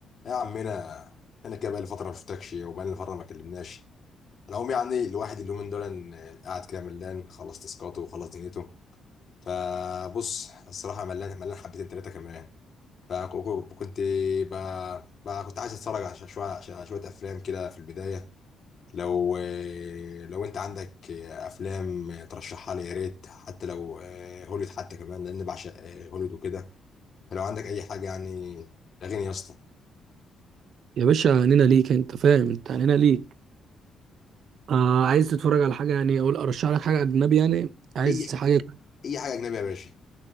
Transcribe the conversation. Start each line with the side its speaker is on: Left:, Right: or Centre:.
Left: يا عمنا انا كده بقالي فتره ما شفتكش وبقالي فتره ما كلمناش العموم يعني الواحد اليومين دول إن- قاعد كده ملان خلص تاسكاته وخلص دنيته فبص الصراحه ملان ملان حبتين ثلاثه كمان فكنت بقى, بقى كنت عايز اتفرج على شويه على شويه افلام كده في البدايه لو لو انت عندك افلام ترشحها لي يا ريت حتى لو هوليود حتى كمان لان بعشق هوليود وكده فلو عندك اي حاجه يعني لغيني يا اسطى
Right: يا باشا عنينا ليك انت فاهم انت عنينا ليك آه عايز تتفرج على حاجه يعني او ارشح لك حاجه اجنبي يعني عايز
Left: اي
Right: حاجه
Left: اي حاجه اجنبيه يا باشا